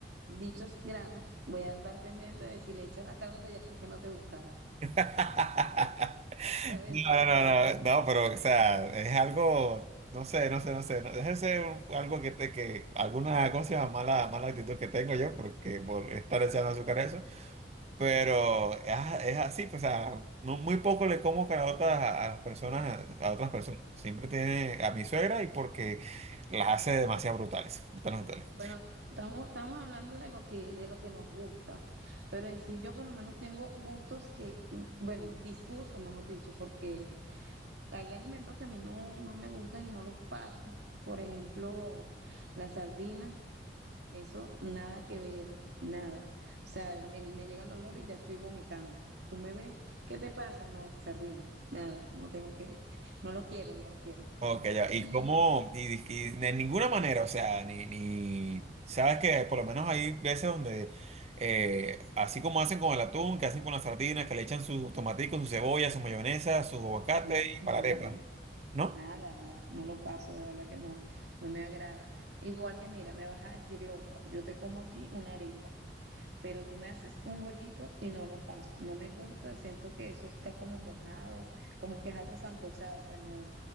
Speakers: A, on the right (about 75°); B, on the right (about 35°).
A: dichos granos. Voy a andar pendiente de si le echas las carotas, ya sé que no te gustaron.
B: <laughs>
A: Ya voy
B: No,
A: a estar
B: no,
A: atenta.
B: no, no, no, no, pero o sea, es algo, no sé, no sé, no sé, no, déjese un- algo que te, que alguna, ¿cómo se llama? Mala, mala actitud que tengo yo, porque por estar echando azúcar a eso, pero es, a- es así, pues, o sea, no- muy poco le como caraotas a, a las personas, a otras personas,
A: Mm.
B: siempre tiene a mi suegra y porque las hace demasiado brutales, brutales, brutales.
A: Bueno, estamos, estamos hablando de lo que, de lo que nos gusta, pero en sí yo por lo menos tengo gustos que, mm, bueno, disgustos, mejor dicho, porque hay alimentos que a mí no, no me gustan y no los paso. Por ejemplo, la sardina, eso nada que ver, nada. O sea, me, me llega el olor y ya estoy vomitando. Tú me ves, ¿qué te pasa? No, sardina, nada, no tengo que, no lo quiero, no lo quiero.
B: Ok, ya.
A: Y
B: Y cómo, y, y de ninguna manera, o sea, ni, ni, sabes que por lo menos hay veces donde, eh, así como hacen con el atún, que hacen con las sardinas, que le echan sus tomaticos, su cebolla, su mayonesa, su aguacate
A: no,
B: y
A: no,
B: para la arepa,
A: no.
B: ¿no?
A: Nada, nada, no lo paso, de verdad que no, no me agrada. Igual que mira, me vas a decir loca, yo te como a ti una arepa, pero tú me haces un bollito y no lo paso, no me gusta, siento que eso está como mojado, como que es algo sancochado, pues no,